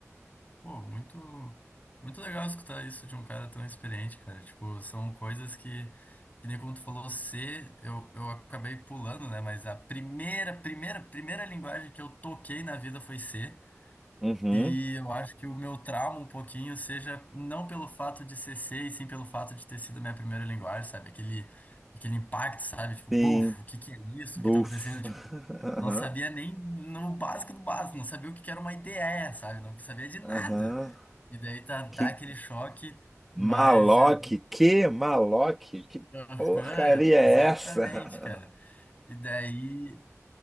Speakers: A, on the left (about 30°); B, in the centre.
A: Pô, muito, muito legal escutar isso de um cara tão experiente, cara. Tipo, são coisas que, que nem como tu falou, C, eu, eu acabei pulando, né? Mas a primeira, primeira, primeira linguagem que eu toquei na vida foi C.
B: Uhum.
A: E eu acho que o meu trauma um pouquinho seja não pelo fato de ser C, e sim pelo fato de ter sido a minha primeira linguagem, sabe? Aquele, aquele impacto, sabe? Tipo, buf,
B: Sim,
A: o que que é isso?
B: buf.
A: O que tá acontecendo? Tipo,
B: <laughs> Aham,
A: não sabia nem no básico do básico, não sabia o que que era uma IDE, sabe? Não sabia de nada.
B: aham.
A: E daí tá, dá
B: Que
A: aquele choque, mas...
B: maloc,
A: é,
B: que maloc, que
A: Aham,
B: porcaria é
A: exatamente,
B: essa?
A: cara.
B: <laughs>
A: E daí...